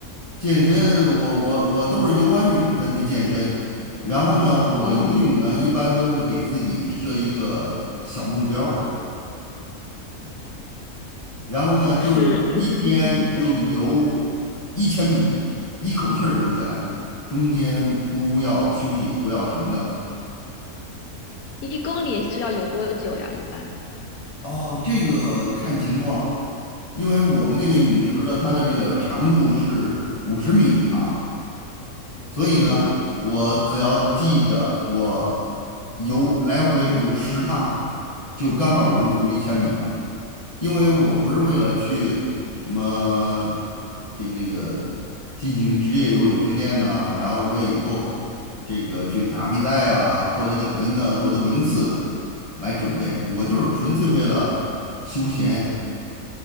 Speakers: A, on the left; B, on the left.
A: 健身，我我我都是游完泳再去健身，然后呢，我游泳呢一般都会给自己设一个小目标儿，
B: 哦，
A: 然后呢就是一天就游
B: 是，<laughs>
A: 一千米，一口气儿游下来，中间不要休息，不要停的。
B: 一公里是要游多久呀？一般，
A: 哦，这个看情况，因为我们那个泳池的它的这个长度是五十米长。所以呢，
B: 嗯，
A: 我只要记着我游来回游十趟，就刚好游足一千米了。因为我不是为了去什么这个这个进行职业游泳训练呐、然后为以后这个去打比赛啊、获得奖金呢、夺得名次来准备，我就是纯粹为了休闲